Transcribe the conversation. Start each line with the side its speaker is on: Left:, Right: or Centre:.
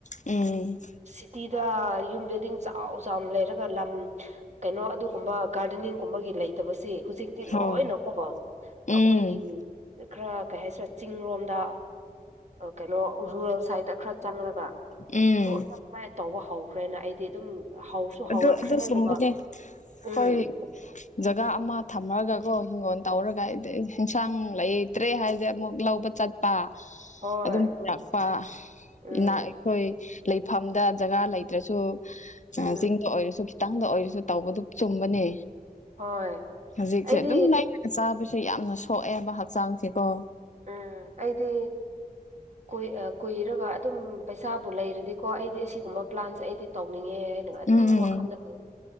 Left: ꯎꯝ
Right: ꯁꯤꯗꯤꯗ ꯌ ꯕꯤꯜꯗꯤꯡ ꯆꯥꯎ ꯆꯥꯎꯅ ꯂꯩꯔꯒ ꯂꯝ ꯀꯩꯅꯣ ꯑꯗꯨꯒꯨꯝꯕ ꯒꯥꯔꯗꯦꯅꯤꯡꯒꯨꯝꯕꯒꯤ ꯂꯩꯇꯕꯁꯤ ꯍꯧꯖꯤꯛꯇꯤ
Left: ꯍꯣꯏ
Right: ꯂꯣꯏꯅꯀꯣ
Left: ꯎꯝ
Right: ꯑꯩꯈꯣꯏꯒꯤ ꯈꯔ ꯀꯩ ꯍꯥꯏꯁꯤꯔꯦ ꯆꯤꯡ ꯂꯣꯝꯗ ꯀꯩꯅꯣ ꯔꯨꯔꯦꯜ ꯁꯁꯥꯏꯠꯇ ꯈꯔ ꯆꯪꯂꯪꯂꯒ
Left: ꯎꯝ
Right: ꯂꯣꯏꯅ ꯁꯨꯃꯥꯏꯅ ꯇꯧꯕ ꯍꯧꯈ꯭ꯔꯦꯅ ꯑꯩꯗꯤ ꯑꯗꯨꯝ ꯍꯧꯁꯨ ꯍꯧꯔꯛꯈ꯭ꯔꯦ
Left: ꯑꯗꯨ ꯑꯗꯨ
Right: ꯑꯗꯨꯒ
Left: ꯁꯨꯝꯕꯅꯦ ꯑꯩꯈꯣꯏ
Right: ꯎꯝ
Left: ꯖꯒꯥ ꯑꯃ ꯊꯝꯃꯒꯀꯣ ꯍꯤꯡꯒꯣꯜ ꯇꯧꯔꯒ ꯍꯥꯏꯗꯤ ꯑꯦꯟꯁꯥꯡ ꯂꯩꯇ꯭ꯔꯦ ꯍꯥꯏꯁꯦ ꯑꯃꯨꯛ ꯂꯧꯕ ꯆꯠꯄ
Right: ꯍꯣꯏ
Left: ꯑꯗꯨꯝ ꯄꯨꯔꯛꯄ
Right: ꯎꯝ
Left: ꯏꯅꯥ ꯑꯩꯈꯣꯏ ꯂꯩꯐꯝꯗ ꯖꯒꯥ ꯂꯩꯇ꯭ꯔꯁꯨ
Right: ꯎꯝ
Left: ꯆꯤꯡꯗ ꯑꯣꯏꯔꯁꯨ ꯈꯤꯇꯪ ꯑꯉꯥꯡꯗ ꯑꯣꯏꯔꯁꯨ ꯇꯧꯕꯗꯨ ꯆꯨꯝꯕꯅꯦ
Right: ꯍꯣꯏ
Left: ꯍꯧꯖꯤꯛꯁꯦ
Right: ꯑꯩꯗꯤ
Left: ꯑꯗꯨꯝ ꯂꯩꯔꯒ ꯆꯥꯕꯁꯦ ꯌꯥꯝꯅ ꯁꯣꯛꯑꯦꯕ ꯍꯛꯆꯥꯡꯁꯀꯣ
Right: ꯎꯝ ꯑꯩꯗꯤ ꯀꯣꯏ ꯑ ꯀꯨꯏꯔꯒ ꯑꯗꯨꯝ ꯄꯩꯁꯥꯕꯨ ꯂꯩꯔꯗꯤꯀꯣ ꯑꯩꯗꯤ ꯑꯁꯤꯒꯨꯝꯕ ꯄ꯭ꯂꯥꯟꯁꯦ ꯑꯩꯗꯤ ꯇꯧꯅꯤꯡ ꯉꯦ ꯍꯥꯏ ꯑꯗꯨꯝ
Left: ꯎꯝ ꯎꯝ
Right: ꯋꯥꯈꯜꯗ ꯂꯩ